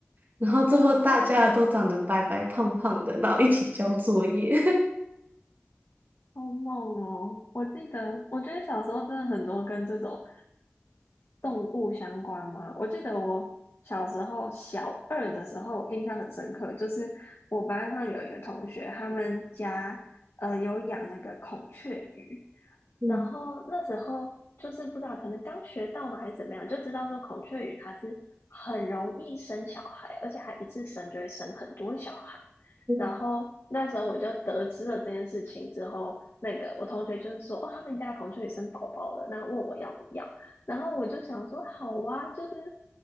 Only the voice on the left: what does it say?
哦，
好猛哦！我记得，我觉得小时候真的很多跟这种动物相关嘛。我记得我小时候小二的时候，印象很深刻，就是我班上有一个同学，他们家呃有养那个孔雀鱼，
然后那时候就是不知道，可能刚学到嘛，还是怎么样，就知道说孔雀鱼它是很容易生小孩，而且还一次生就会生很多小孩。
然后那时候我就得知了这件事情之后，那个我同学就是说，哦，他们家的孔雀鱼生宝宝了，那问我要不要。然后我就想说，好啊，就是